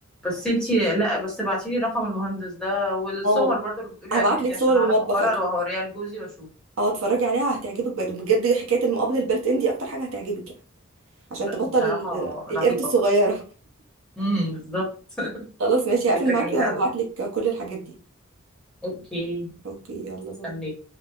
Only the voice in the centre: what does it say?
بس انتي لا بس ابعتيلي رقم المهندس ده والصور
برضو اللي بتقولي
عليها
دي عشان
اعرف
اقرر
وهوريها لجوزي واشوف
ب-
بصراحة
رهيبة
امم بالظبط <laughs>
فكرة
جميلة
قوي
اوكي
استنيك